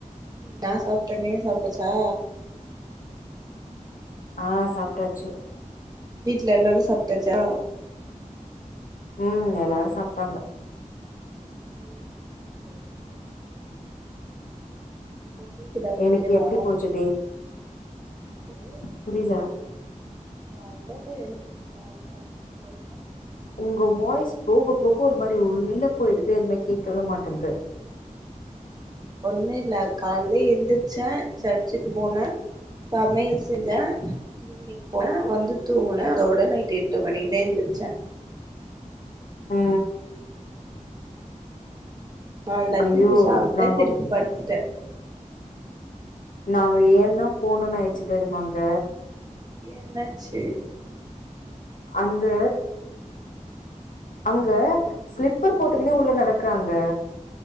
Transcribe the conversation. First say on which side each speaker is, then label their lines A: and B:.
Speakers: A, on the right; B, on the left.
A: நா சாப்ட்டே நீங்க சாப்ட்டாச்சா
B: ஆ சாப்ட்டாச்சு
A: வீட்டுல எல்லாரு சாப்ட்டாச்சா
B: ம் எல்லாரு சாப்ட்டாங்க
A: ம் சேரி சேரி இப்ப கேக்குதா ஓகேவா
B: இன்னைக்கு எப்டி போச்சு
A: சேரி
B: புரியில
A: கால்ல எந்சு நா சச்சுக்கு போன
B: உங்க வாய்ஸ் போக
A: சம
B: போக ஒரு மாரி உள்ள போயிடுது எதுமே கேக்கவே மாட்டன்து
A: ஒண்ணு இல்ல கால்ல எந்திரச்சே சர்ச்சுக்கு போன சமையல் செஞ்ச கிளினிக் போன வந்து தூங்க அதோட நைட் எட்டு மணிக்குத எந்திருச்சே
B: அ அ
A: அவுள்தா
B: ஐயோ
A: திருப்பி சாப்ட்ட
B: நாங்க
A: திருப்பி படுத்துட்ட
B: நாங்க ஏ தா போகணுன்னு அயிச்சு தெரியுமாங்க
A: ஏ என்னாச்சு
B: அந்த அங்க ஸ்லிப்பர் போட்டுக்குனு உள்ள நடக்கறாங்க